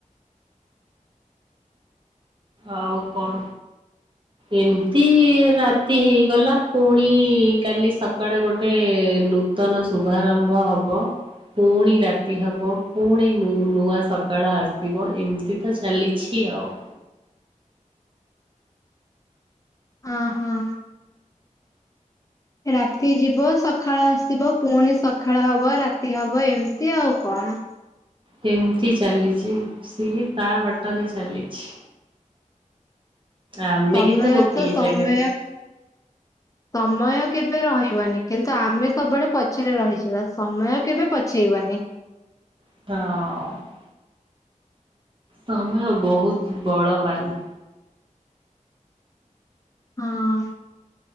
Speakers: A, on the right; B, on the left.
A: ଆଉ କଣ।
B: ହ
A: ଏମିତି ରାତି ହେଇଗଲା ପୁଣି କାଲି ସକାଳେ ଗୋଟେ ନୂ ନୂତନ ଶୁଭାରମ୍ଭ ହବ। ପୁଣି ରାତି ହେବ ପୁଣି ନୂଆ ସକାଳ ଆସିବ ଏମିତି ତ ଚାଲିଛି ଆଉ।
B: ଅ ହଁ। ରାତି ଯିବ ସକାଳ ଆସିବ ପୁଣି ସଖାଳ ହବ ରାତି ହବ ଏମିତି ଆଉ କଣ
A: ସେମିତି ଚାଲିଛି ସିଏ ତା ବାଟରେ ଚାଲିଛି। ଆମେ
B: ସମମୟତ
A: କିନ୍ତୁ ଗୋଟିଏ
B: ସମୟ।
A: ଜାଗାରେ
B: ସମୟ କେବେ ରହିବନି କିନ୍ତୁ ଆମେ ସବୁବେଳେ ପଛରେ ରହିଯିବା ସମୟ କେବେ ଛିିବନି।
A: ହିଁ। ସମୟ ବହୁତ ବଳବାନ।
B: ହଁ।